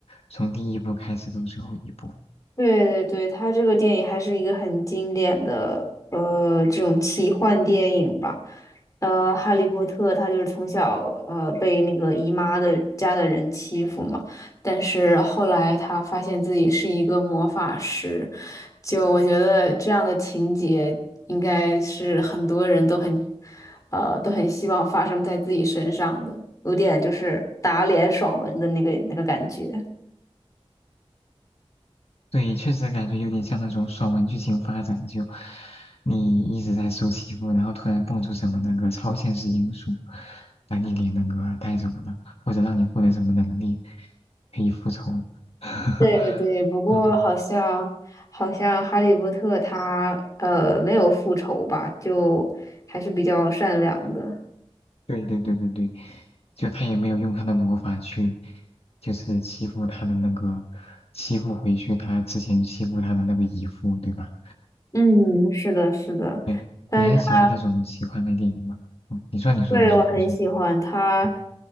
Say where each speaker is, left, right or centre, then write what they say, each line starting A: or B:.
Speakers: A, on the left; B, on the left.
A: 从第一部开始到最后一部。
B: 对对对，他这个电影还是一个很经典的呃这种奇幻电影吧。呃，哈利波特他就是从小呃被那个姨妈的家的人欺负嘛，但是后来他发现自己是一个魔法师，就我觉得这样的情节应该是很多人都很呃都很希望发生在自己身上的，有点就是打脸爽文的那个那个感觉。
A: 对，确实感觉有点像那种爽文剧情发展，就你一直在受欺负，然后突然蹦出什么那个超现实因素，把你给那个带走了，或者让你获得什么能力可以复仇。<laughs>
B: 对对，不过好像好像哈利波特他呃没有复仇吧，
A: 嗯，
B: 就还是比较善良的。
A: 对对对对对，就他也没有用他的魔法去，就是欺负他的那个，欺负回去他之前欺负他的那个姨父，对吧？
B: 嗯，是的，是的，
A: 对，
B: 但是他
A: 你还喜欢这种奇幻的电影吗？嗯，你说，你说，
B: 对我很喜欢他。
A: 你说，你说，嗯，